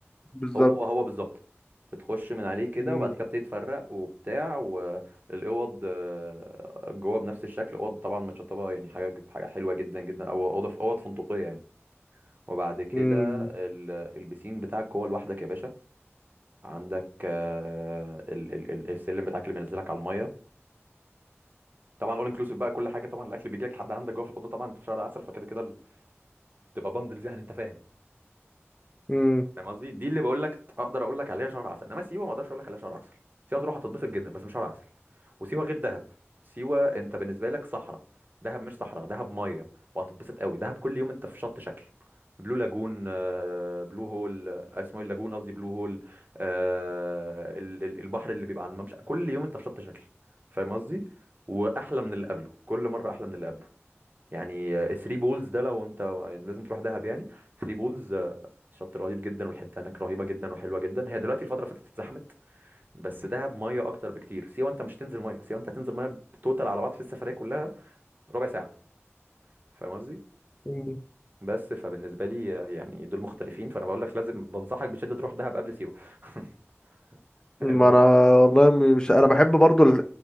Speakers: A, on the left (about 20°); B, on the right (about 40°).
A: بالظبط
B: هو هو بالظبط بتخش من عليه كده
A: امم
B: وبعد كده بتبتدي تفرق وبتاع والاوض آه، جوه بنفس الشكل اوض طبعا متشطبه يعني حاجه حاجه حلوه جدا جدا او اوضه في اوض فندقيه يعني وبعد كده
A: امم
B: ال- البسين بتاعك جوه لوحدك يا باشا عندك آه، ال- ال- ال- السلم بتاعك اللي بينزلك على الميه طبعا اول انكلوسيف بقى كل حاجه طبعا الاكل بيجي لك لحد عندك جوه في الاوضه طبعا انت في شهر عسل فكده كده تبقى بندلز يعني انت فاهم
A: امم
B: فاهم قصدي دي اللي بقول لك اقدر اقول لك عليها شهر عسل انما سيوه ما اقدرش اقول لك عليها شهر عسل سيوه تروح هتتبسط جدا بس مش شهر عسل وسيوه غير دهب سيوه انت بالنسبه لك صحراء دهب مش صحراء دهب ميه وهتتبسط قوي دهب كل يوم انت في شط شكل بلو لاجون آه، بلو هول آه، اسمه إيه اللاجون قصدي بلو هول آه، ال- ال- البحر اللي بيبقى على الممشى كل يوم انت في شط شكل فاهم قصدي واحلى من اللي قبله كل مره احلى من اللي قبله يعني 3 بولز ده لو انت لازم تروح دهب يعني 3 بولز شط رهيب جدا والحته هناك رهيبه جدا وحلوه جدا هي دلوقتي الفتره اللي فاتت اتزحمت بس دهب ميه اكتر بكتير سيوه انت مش تنزل ميه سيوه انت هتنزل ميه توتال على بعض في السفريه كلها ربع ساعه فاهم قصدي
A: امم
B: بس فبالنسبه لي آه، يعني دول مختلفين فانا بقول لك لازم بنصحك بشده تروح دهب قبل سيوه <laughs> فاهم
A: ما
B: قصدي
A: انا والله م- مش انا بحب برضو